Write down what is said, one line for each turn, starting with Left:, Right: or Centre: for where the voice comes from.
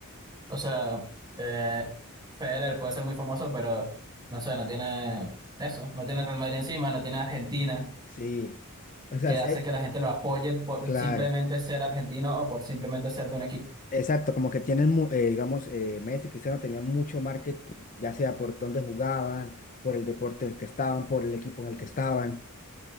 Right: O sea, eh, Federer puede ser muy famoso, pero no sé, no tiene eso, no tiene
Left: ¿no?
Right: Real Madrid encima, no tiene Argentina,
Left: Sí. O sea,
Right: que
Left: es-
Right: hace
Left: eh,
Right: que la gente lo apoye por
Left: claro,
Right: simplemente ser argentino o por simplemente ser de un equipo.
Left: exacto, como que tienen, mu- eh, digamos, eh, Messi y Cristiano tenían mucho marketing, ya sea por dónde jugaban, por el deporte en el que estaban, por el equipo en el que estaban,